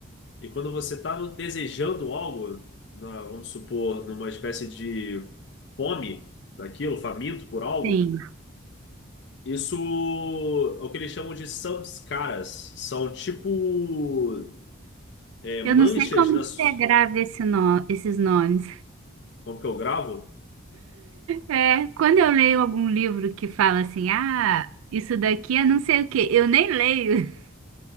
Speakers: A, on the left (about 55°); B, on the right (about 80°).
A: E quando você está desejando algo, na- vamos supor, numa espécie de fome daquilo, faminto por algo,
B: sim.
A: Isso é o que eles chamam de samskaras. São tipo é, manchas
B: Eu não sei como
A: nas.
B: que você grava esse no- esses nomes.
A: Como que eu gravo?
B: É, quando eu leio algum livro que fala assim, ah, isso daqui é não sei o quê, eu nem leio. <laughs>